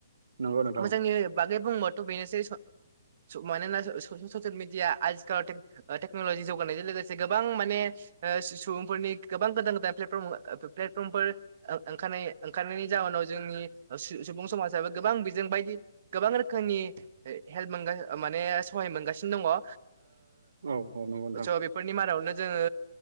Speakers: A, on the right; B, on the right.
A: नंगौ नोंथां
B: मोजांनि बागै बुङोबाथ' बेनोसै स' स' मानोना स' ससियेल मिडिया आजिखालाव टेट ओ टेक्न'लजि जौगानायजों लोगोसे गोबां माने ओ सुबुंफोरनि गोबां गोदान गोदान प्लेटपर्म ओ प्लेटफर्मफोर ओं ओंखारनाय ओं ओंखारनायनि जाहोनाव जोंनि सुबुं समाजाबो गोबां बिजों बायदि गोबां रोखोमनि हे हेल्प मोनगोन माने सहाय मोनगासिनो दङ ओ
A: औ नंगौ नोंथां
B: स' बेफोरनि मादावनो जोङो